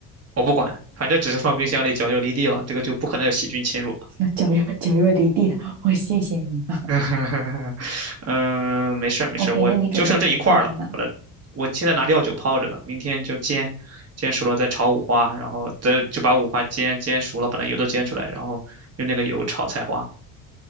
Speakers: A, on the right; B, on the right.
A: 我不管，反正只是放冰箱里，脚就离地了，这个就不可能有细菌侵入。
B: <laughs> 那绞肉绞肉离地了，我谢谢你。啊
A: <laughs> 嗯，没事儿没事儿，
B: <laughs> OK，
A: 我就剩这一块儿了，
B: 那你准备怎么做它呢？
A: 把它，我现在拿料酒泡着呢，明天就煎，煎熟了再炒五花，然后再就把五花煎煎熟了，把那油都煎出来，然后用那个油炒菜花。